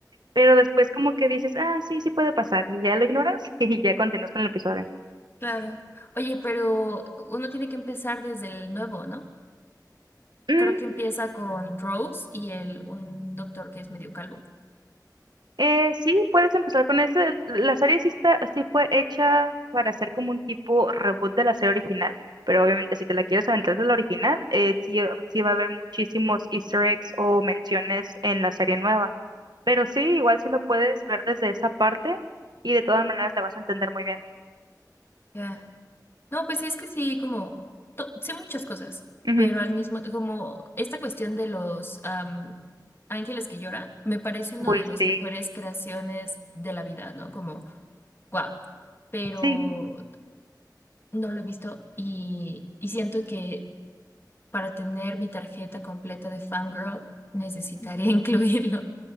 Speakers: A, on the right; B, on the left.
A: pero después como que dices, ah, sí, sí puede pasar, y ya lo ignoras <laughs> y ya continúas con el episodio.
B: Claro. Oye, pero uno tiene que empezar desde el nuevo, ¿no?
A: Mm,
B: Creo que empieza con Rose y el un doctor que es medio calvo.
A: eh, sí, puedes empezar con eso. La serie sí, está, sí fue hecha para hacer como un tipo reboot de la serie original, pero obviamente si te la quieres aventar de la original, eh, sí, sí va a haber muchísimos easter eggs o menciones en la serie nueva. Pero sí, igual sí lo puedes ver desde esa parte y de todas maneras la vas a entender muy bien.
B: Ya. No, pues sí, es que sí, como to- sé muchas cosas,
A: Ujú.
B: pero al mismo como esta cuestión de los am, ángeles que llora, me parece uno
A: Uy,
B: de los
A: sí,
B: mejores creaciones de la vida, ¿no? Como, wow. Pero
A: sí.
B: no lo he visto y, y siento que Para tener mi tarjeta completa de fangirl, necesitaría <laughs> incluirlo.